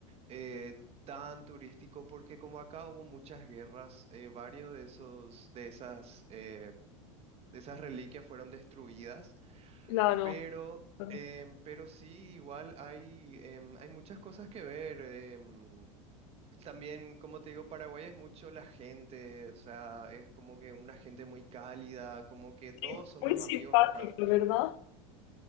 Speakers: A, on the right; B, on the left.
A: eh, tan turístico porque como acá hubo muchas guerras, eh, varios de esos, de esas, eh, de esas reliquias fueron destruidas.
B: Claro.
A: Pero,
B: claro.
A: em, pero sí, igual hay, em, hay muchas cosas que ver. em, también, como te digo, Paraguay es mucho la gente, o sea, es como que una gente muy cálida, como que todos
B: Sí,
A: somos
B: muy simpático,
A: amigos acá.
B: ¿verdad?